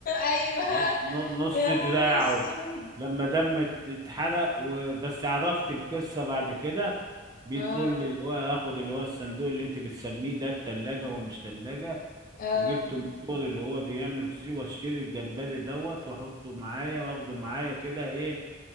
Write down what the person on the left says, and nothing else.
ايوه
يا
نهار اسود
اه
اه